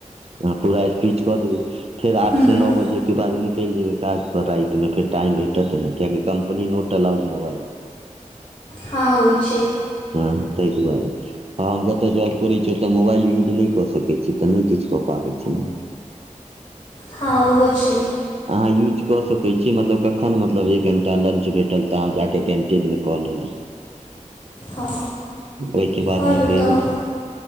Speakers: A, on the right; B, on the left.
A: अहाँ पूरा स्पीच कऽ देबै फेर आठसँ
B: हँ
A: नओ बजेके बाद निकैल जेबै काज रातिमे फेर टाइमेटत नहि कियाकि कम्पनी नहि होटल आउज मोबाइलमे
B: हँ होइ छै
A: टोन तैय दुआरें हँ हम जतऽ जॉब करैत छी ओतऽ मोबाइल यूज नहि कऽ सकैत छी तऽ नहि किछु कऽ पाबै छी ने
B: हँ ओहो छै
A: अहाँ यूज कऽ सकै छी मतलब कखन मतलब एक घण्टा लंच भेटल तऽ अहाँ जाकऽ कैन्टीनमे कऽ लेलहुँ
B: हँ
A: ओहिके बाद
B: आओर
A: अहाँके
B: बताउ
A: यूज